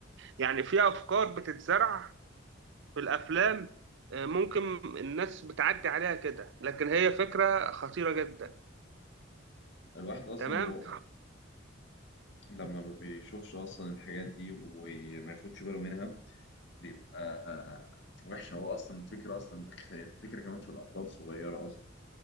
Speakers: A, on the right (about 60°); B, on the left (about 60°).
A: يعني في افكار بتتزرع في الافلام آه، ممكن الناس بتعدي عليها كده لكن هي فكره خطيره جدا
B: الواحد اصلا
A: تمام
B: و... لما ما بيشوفش اصلا الحاجات دي وما ياخدش باله منها بيبقى آه، وحش هو اصلا الفكره اصلا دخ- الفكره كمان في الاطفال الصغيره اصلا